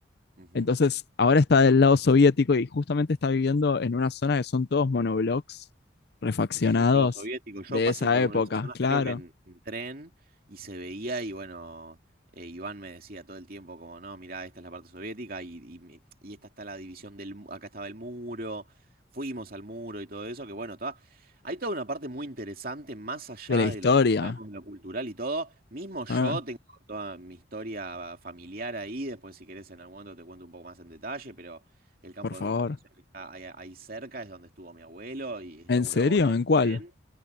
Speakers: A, on the right; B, on the left.
A: Ujú.
B: Entonces, ahora está del lado soviético y justamente está viviendo en una zona que son todos monoblocks refaccionados
A: Sí, sí, todo soviético. Yo
B: de
A: pasé
B: esa
A: por
B: época,
A: una de esas zonas,
B: claro,
A: creo que en, en tren, y se veía, y bueno, eh, Iván me decía todo el tiempo como, no, mirá, esta es la parte soviética, y, y, mi- y esta está la división del, mu- acá estaba el muro, fuimos al muro y todo eso, que bueno, toda, hay toda una parte muy interesante, más allá
B: de la historia.
A: de lo que ya sabemos de lo cultural y todo. Mismo yo
B: Ah,
A: tengo toda mi historia familiar ahí, después si querés en algún momento te cuento un poco más en detalle, pero el campo
B: por favor.
A: de concentración que está ahí, ahí cerca es donde estuvo mi abuelo y está
B: ¿En
A: una
B: serio?
A: hora
B: ¿En cuál?
A: en,